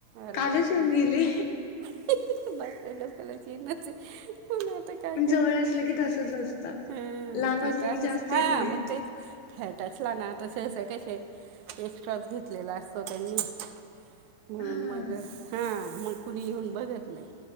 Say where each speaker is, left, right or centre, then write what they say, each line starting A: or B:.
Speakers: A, on the right; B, on the left.
A: अरे
B: कालच
A: बापरे
B: येऊन गेले.
A: <unintelligible>
B: पण जवळ असलं की
A: <unintelligible>
B: तसच असतं लांब असलं की जास्त येत नाहीत
A: <unintelligible> म्हणून
B: हा
A: मग हा मग कुणी येऊन बघत नाही